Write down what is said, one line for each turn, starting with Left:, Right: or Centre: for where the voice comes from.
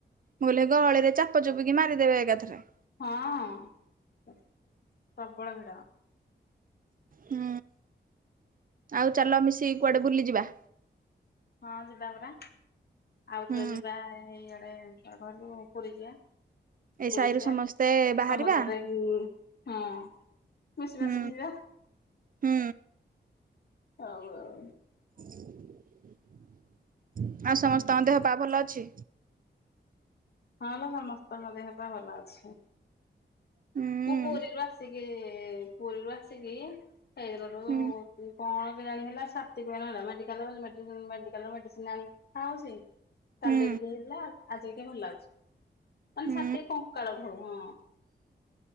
Right: ମୁ କହିଲି ଏ ଗହଳିରେ ଚାପ ଚୁପିକି ମାରିଦେବେ ଏକାଥରେ।
Left: ହଁ ଅଁ ପ୍ରବଳ ଭିଡ।
Right: ହୁଁ ଆଉ ଚାଲ ମିଶିକି କୁଆଡେ ବୁଲି ଯିବା।
Left: ହଁ ଯିବା ପରା ଆଉଥରେ
Right: ହୁଁ।
Left: ଯିବା ଏଇଆଡେ ଲୁ ପୁରୀ ଯିବା।
Right: ଏଇ
Left: ପୁରୀ
Right: ସାହିରୁ
Left: ଯିବା
Right: ସମସ୍ତେ ବାହାରିବା
Left: ସମୁଦ୍ରରେ ଏହି ହଁ ମିଶିମାସିକି
Right: ହୁଁ
Left: ଯିବା।
Right: ହୁଁ।
Left: ହଉ ହଉ।
Right: ଆଉ ସମସ୍ତଙ୍କ ଦେହ ପା ଭଲ ଅଛି?
Left: ହଁ ଲୋ ସମସ୍ତଙ୍କ ଦେହ ପା ଭଲ ଅଛି।
Right: ହୁଁ
Left: ମୁଁ ପୁରୀରୁ ଆସିକି ପୁରୀରୁ ଆସିକି ହେଇରୁ
Right: ହୁଁ
Left: କଣ ଏବେ ଜାଣି ହେଲା ଛାତି ପେନ ହେଲା ମେଡିକାଲ ଗଲି ମେଡ଼ି ମେଡିକାଲରୁ ମେଡ଼ିସିନ ଆଣିକି ଖାଉଚି
Right: ହୁଁ
Left: କାଲିଠୁ ତ ହୋଇଥିଲା ଆଜି ଟିକେ ଭଲ ଲାଗୁଛି। ଖାଲି
Right: ହୁଁ
Left: ଛାତି କଙ୍କାଳଠୁ ହଁ।